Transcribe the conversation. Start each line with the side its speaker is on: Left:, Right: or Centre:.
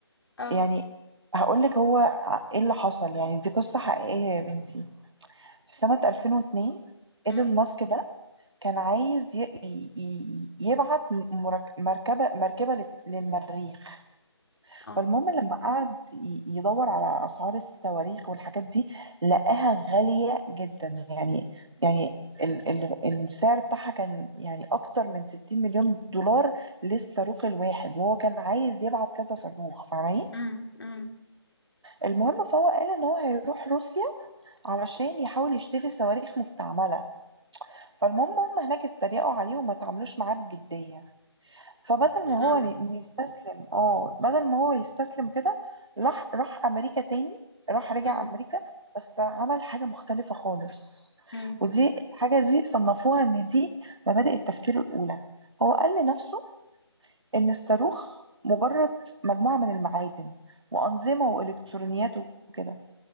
Left: اه
Right: يعني هقولك هو ع- ايه اللي حصل يعني دي قصة حقيقية يا بنتي في سنة 2002 ايلون
Left: امم
Right: ماسك ده كان عايز ي- ي- ي- يبعت مرك- مركبة مركبة لل- للمريخ
Left: اه
Right: فالمهم لما قعد ي- يدور على أسعار الصواريخ والحاجات دي لقاها غالية جدا يعني يعني ال ال السعر بتاعها كان يعني أكتر من 60 مليون دولار للصاروخ الواحد وهو كان عايز يبعت كذا صاروخ فاهمة
Left: امم امم
Right: المهم فهو قال ان هو هيروح روسيا علشان يحاول يشتري صواريخ مستعملة فالمهم هم هناك اتريقوا عليه وما تعاملوش معاه بجدية فبدل
Left: يا
Right: ما
Left: لهوي
Right: هو ي- إن يستسلم اه بدل ما هو يستسلم كده راح راح امريكا تاني راح رجع
Left: امم
Right: امريكا بس عمل حاجة مختلفة خالص
Left: امم
Right: ودي الحاجة دي صنفوها ان دي مبادئ التفكير الاولى هو قال لنفسه ان الصاروخ مجرد مجموعة من المعادن وأنظمة وإلكترونيات وكده